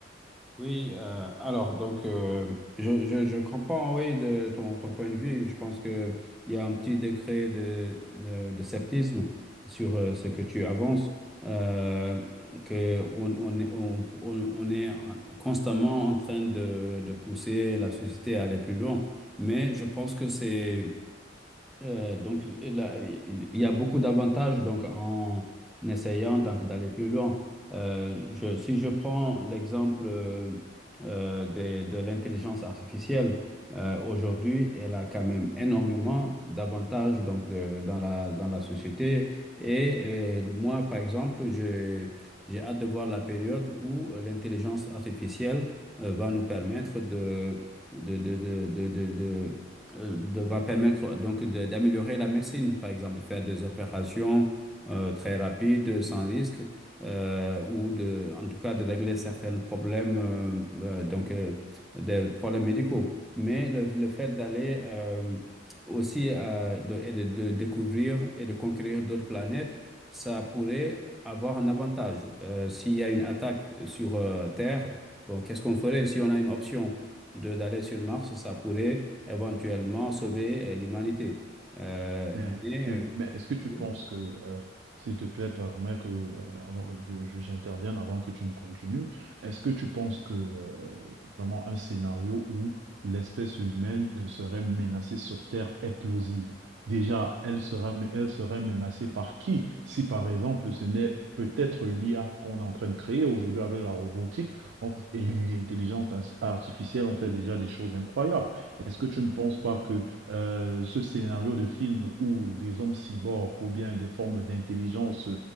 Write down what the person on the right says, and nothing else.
Mais,
mais-
mais est-ce que tu
penses que, euh, s'il te plaît, permets que euh, avant, je, je- j'intervienne avant que tu ne continues, est-ce que tu penses que euh, vraiment un scénario où l'espèce humaine ne serait menacée sur Terre est plausible? Déjà, elle sera, mais elle serait menacée par qui? Si par exemple, ce n'est peut-être l'IA qu'on est en train de créer aujourd'hui avec la robotique on- f- et l'intelligence ar- artificielle, on fait déjà des choses incroyables. Est-ce que tu ne penses pas que euh, ce scénario de film où des hommes cyborgs ou bien des formes d'intelligence